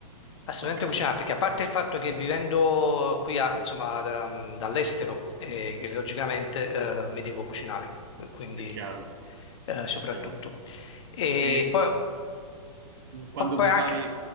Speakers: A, on the left; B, on the right.
A: assolutamente
B: Okay,
A: cucinare perché a parte il fatto che vivendo qui a- insomma da- dall'estero, eh, che logicamente eh, mi devo cucinare, quindi
B: è chiaro,
A: eh, soprattutto.
B: è chiaro.
A: E
B: E qua-
A: poi
B: quando
A: P- poi
B: prepari,
A: anche